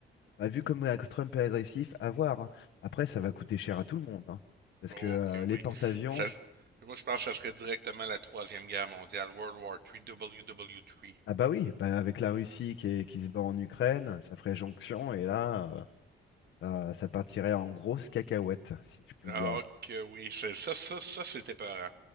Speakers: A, on the left; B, on the right.
A: Bah, vu comme euh, Trump est agressif, à voir. hein. Après, ça va coûter cher à tout le monde, hein. parce
B: Ok,
A: que euh, les
B: oui.
A: porte-avions,
B: Ça, s- moi, je pense que ça serait directement la Troisième Guerre mondiale, World War trois, W W 3
A: ah bah oui, bah avec la Russie qui, est- qui se bat en Ukraine, ça ferait jonction et là, euh, ça, ça partirait en grosse cacahuète, si je puis
B: Ah,
A: dire.
B: ok, oui. c'est- Ça, ça, ça, c'était peurant.